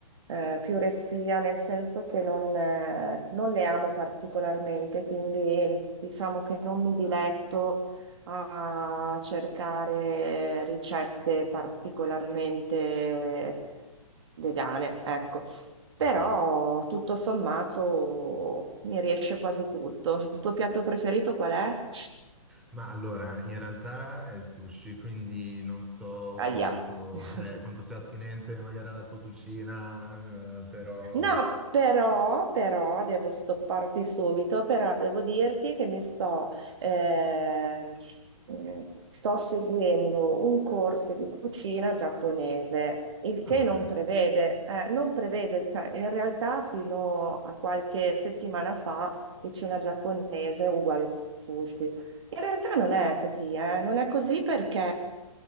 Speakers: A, on the right; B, in the centre.
A: eh, più restia, nel senso che non, eh, non le amo particolarmente, quindi diciamo che non mi diletto a cercare ricette particolarmente vegane, ecco. Però
B: Ok.
A: tutto sommato mi riesce quasi tutto. Il tuo piatto preferito qual è?
B: Ma allora, in realtà è il sushi, quindi non so
A: Aia.
B: quanto,
A: <laughs>
B: eh, quanto sia attinente magari alla tua cucina, eh, però...
A: No, però, però, devo stopparti subito, però devo dirti che mi sto, ehm, eh, sto seguendo un corso di cucina giapponese, il che
B: Ah, ok.
A: non prevede, eh, non prevede, cioè in realtà fino a qualche settimana fa cucina giapponese è uguale sushi. In realtà non è così, eh, non è così perché